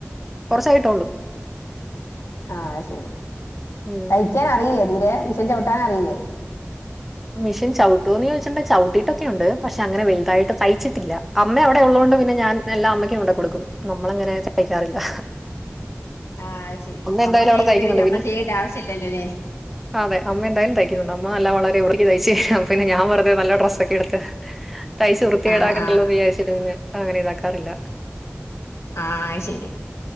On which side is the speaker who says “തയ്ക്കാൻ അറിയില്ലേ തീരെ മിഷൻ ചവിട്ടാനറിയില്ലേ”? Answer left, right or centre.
Left